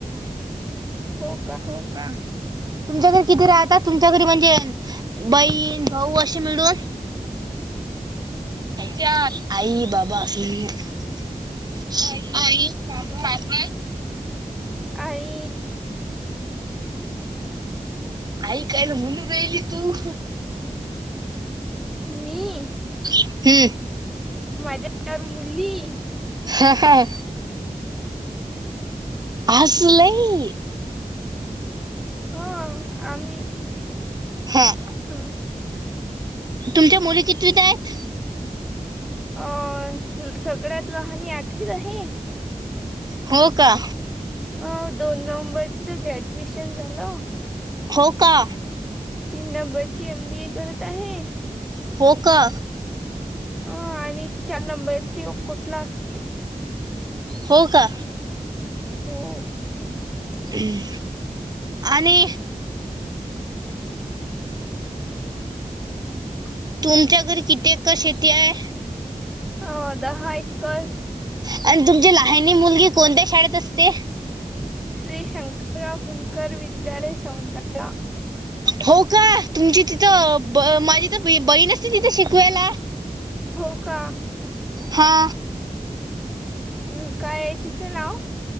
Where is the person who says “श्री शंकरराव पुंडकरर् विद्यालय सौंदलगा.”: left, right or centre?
Centre